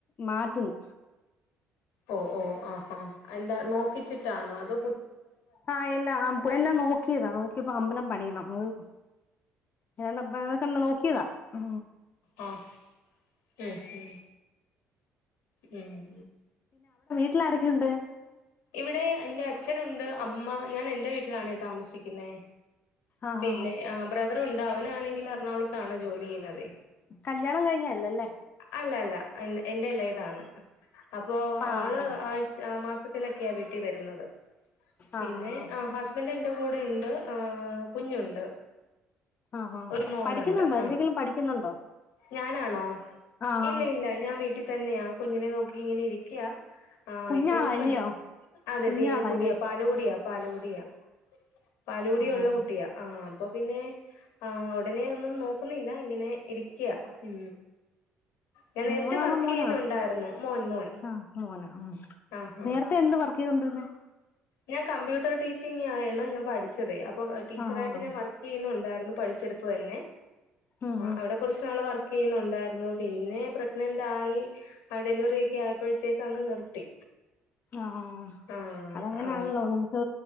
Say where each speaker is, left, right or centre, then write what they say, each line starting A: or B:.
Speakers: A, on the left; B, on the left.
A: മാറ്റുന്നു
B: ഓ ഓ ആഹോ എന്താ നോക്കിച്ചിട്ടാണോ അത്
A: ആഹ എല്ലാം ആമ്പ എല്ലാം നോക്കി നോതാ നോക്കിയപ്പോ അമ്പലം പണിയണം അത് <unintelligible> ക്കെ നോക്കിയതാ ഉ
B: ആഹ ഉ ഉ ഉം
A: ട്ടിലാ ആരൊക്കെയുണ്ട്
B: ഇവിടെ എന്റെ അച്ഛനുണ്ട് അമ്മ ഞാൻ എന്റെ വീട്ടിലാണ് താമസിക്കുന്നേ
A: ആഹാ
B: പിന്നെ ആ ബ്രദറുണ്ട് അവനാണെങ്കിൽ എറണാകുളത്താണ് ജോലി ചെയ്യുന്നതെ
A: കല്യാണം കഴിഞ്ഞല്ലല്ലേ
B: അല്ല അല്ല എ എൻന്റെല ഇതാണ് അപ്പോൊ
A: ആഹ്
B: ആള് ആഴ്ച ആ മാസ <unintelligible> ക്കെയാ വീട്ടിൽ വരുന്നത് പിന്നെ
A: ആഹ് ആഹ്
B: ഹസ്ബൻഡ് എന്റെ കൂടെ ഉണ്ട് ആ കുഞ്ഞുണ്ട്
A: ആ ആ
B: ഒരു മോനുണ്ട്
A: പഠിക്കുന്നുണ്ടോ
B: ആ
A: എന്തെങ്കിലും പഠിക്കുന്നുണ്ടോ
B: ഞാനാണോ
A: ആഹ്
B: ഇല്ല
A: ആഹ്
B: ഇല്ല ഞാൻ വീട്ടിൽ തന്നെയാ കുഞ്ഞിനെ നോക്കി ഇങ്ങനെ ഇരിക്ക ആ
A: കുഞ്ഞാളാ
B: ഇപ്പൊ ഒന്നും
A: അല്ലയോ
B: പഠിക്ക അതെ
A: കുഞ്ഞാളല്ലേ
B: തീരെപ്പൊടിയാ പാലൂടിയാ പാലുകടിയാ പാലൂടിയ
A: ആഹ്
B: ഉള്ള കുട്ടിയാ ആ അപ്പൊ പിന്നെ ആ ഉടനെ ന്നും നോക്കുന്നില്ല ഇങ്ങനെ ഇരിക്യാ ഉ ഞാൻ നേരത്തെ
A: മോളാണോ
B: വർക്ക്
A: മോനാണോ
B: ചെയ്യുന്നുണ്ടായിരുന്നു മോൻ മോൻ
A: ആഹ് മോനാ ഉം
B: ആഹ
A: നേരത്തെ എന്ത് വർക്ക് ചെയ്തൊണ്ടിരന്ന്
B: ഞാൻ കമ്പ്യൂട്ടർ ടീച്ചിങ് ആയിാണ് ഞാൻ പഠിച്ചതെ അപ്പൊ ടീച്ചറായിട്ട്
A: ആഹ് ആഹ് ആഹ്
B: ഞാൻ വർക്ക് ചെയ്യുന്നുണ്ടായി പഡിചെട്ത് ന്നേ
A: ഉം ഉം
B: അവിടെ കൊർച് നാൾ വർക്ക്‌ ന്നുണ്ടായിരുന്നു പിന്നെ പ്രഗ്നന്റ് ആയി ആ ഡെലിവറി ഒക്കെ ആയപ്പോഴത്തേക്ക് അങ് നിർത്തി
A: ആഹ
B: ആ
A: അതങ്ങനെയാണല്ലോ
B: ആ
A: നമുക്ക്